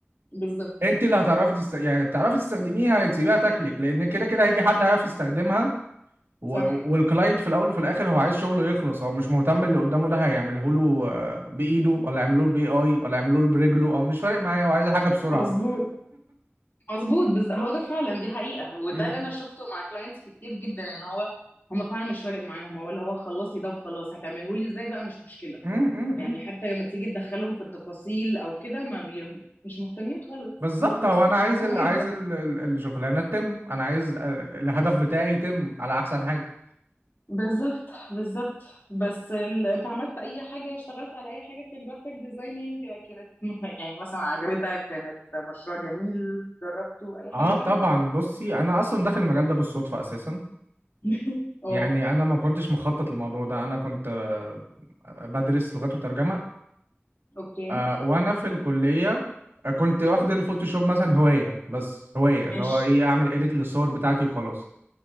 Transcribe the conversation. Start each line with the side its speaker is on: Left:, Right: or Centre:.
Left: بالظبط
Right: انت اللي هتعرفي تست... يعني هتعرفي تستخدميها هتسيبيها تاكلك لان كده كده هيجي حد هيعرف يستخدمها و...
Left: صح
Right: والكلاينت في الاول وفي الاخر هو عايز شغله يخلص هو مش مهتم اللي قدامه ده هيعمله له آه، بايده ولا يعمله له باي اي ولا يعمله له برجله او مش فارق معايا هو عايز الحاجه بسرعه
Left: مظبوط مظبوط بالظبط هو ده فعلا دي حقيقة وده
Right: امم
Left: اللي انا شفته مع كلاينتس كتير جدا ان هو هم فعلا مش فارق معاهم هو اللي هو خلصي ده وخلاص هتعمله لي ازاي بقى مش مشكلة
Right: امم
Left: يعني حتى لما تيجي تدخلهم في التفاصيل او كده ما بي... مش مهتمين خالص
Right: بالظبط
Left: هو
Right: هو
Left: بس
Right: انا عايز
Left: انا
Right: ال...
Left: عايز
Right: عايز
Left: ده
Right: ال... ال- الشغلانه تتم انا عايز آه، الهدف بتاعي يتم على احسن حاجه
Left: بالظبط بالظبط بس ال... انت عملت اي حاجة اشتغلت على اي حاجة في الجرافيك ديزايننج كانت مه- يعني مثلا عجبتك كانت مشروع جميل جربته اي حاجة
Right: اه طبعا
Left: كده
Right: بصي انا اصلا داخل المجال ده بالصدفه اساسا
Left: <laughs> اه
Right: يعني انا ما كنتش مخطط للموضوع ده انا كنت آه، بدرس لغات وترجمه
Left: اوكي
Right: آه، وانا في الكليه آه، كنت واخد الفوتوشوب مثلا هوايه بس هوايه اللي
Left: ماشي
Right: هو ايه اعمل اديت للصور بتاعتي وخلاص